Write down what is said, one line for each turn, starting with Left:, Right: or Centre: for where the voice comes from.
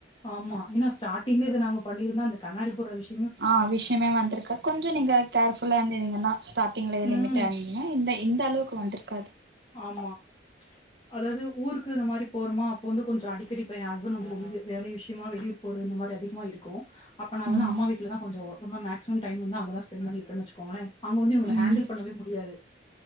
Left: ஆமா ஏன்னா ஸ்டாட்டிங்ல இது நாங்க பண்ணிருந்தா இந்த கண்ணாடி போடுற விஷய
Right: ஆஹ் விஷயமே வந்திருக்காது கொஞ்ச நீங்க கேர்ஃபுல்லா இருந்தீங்கன்னா ஸ்டார்டிங்லயே
Left: ம்.
Right: லிமிட்டா இருந்தீங்கனா இந்த இந்த அளவுக்கு வந்துருக்காது
Left: ஆமா அதாது ஊருக்கு இந்த மாரி போறோமா அப்போ வந்து கொஞ்ச அடிக்கடி இப்ப என் ஹஸ்பண்ட் வந்து வெளி வேலை விஷயமா வெளியூர் போறது இந்த மாரி அதிகமா இருக்கும் அப்ப நா வந்து
Right: ம்
Left: அம்மா வீட்டுலதான் கொஞ்சோ ரொம்ப மேக்சிமம் டைம் வந்து அங்கதா ஸ்பெண்ட் பண்ணிருப்பேனு வெச்சுக்கோங்களே அங்க வந்து இவன
Right: ம்
Left: ஹேண்டில் பண்ணவே முடியாது